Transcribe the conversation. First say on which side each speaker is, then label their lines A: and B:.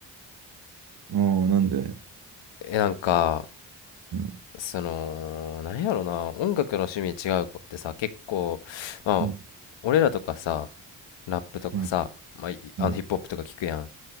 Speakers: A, on the right (about 55°); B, on the left (about 75°).
A: ああ、なんで
B: えなんか
A: うん、
B: そのなんやろな音楽の趣味違う子ってさ結構まあ俺らとかさ
A: うん、
B: ラップとかさ、
A: うん、
B: まあ、いあのヒップホップとか聞くやん
A: うん。